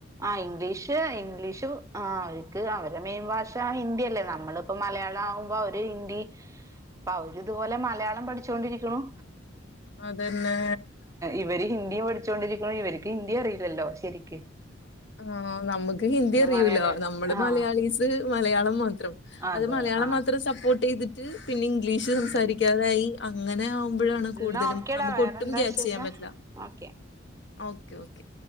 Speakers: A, on the right; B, on the left.
A: ആഹ് ഇംഗ്ലീഷ് ഇംഗ്ലീഷും ആഹ് ക്ക് അവരെ മെയിൻ ഭാഷ ഹിന്ദിയല്ലേ നമ്മളിപ്പം മലയാളാവുമ്പോ അവര് ഹിന്ദി അപ്പൊ അവരിതുപോലെ മലയാളം പഠിച്ചൊണ്ടിരികുണു
B: അതെന്നെ
A: ഇവര് ഹിന്ദിയും പഠിച്ചോണ്ടിരിക്കുന്നു ഇവർക്ക് ഹിന്ദിയറിയില്ലല്ലോ ശെരിക്ക്
B: ആഹ് നമ്മുക്ക് ഹിന്ദി അറിയൂലോ
A: മലയാളി
B: നമ്മള്
A: ആ
B: മലയാളിസ് മലയാളം മാത്രം
A: അതെ
B: അത് മലയാളം
A: ആ
B: മാത്രം സപ്പോർട്ടെയ്തി റ്റ് പിന്നെ ഇംഗ്ലീഷ്
A: ഉം
B: സംസാരിക്കാതായി അങ്ങനെയാവുമ്പഴാണ് കൂടുതലും
A: എന്നാ ഓക്കേടാ
B: നമുക്ക്
A: വേറെന്താ
B: ഒട്ടും ക്യാച്ചെയ്യാൻ
A: വിശേഷം
B: പറ്റില്ല
A: ഓക്കെ
B: ഓക്കെ ഓക്കെ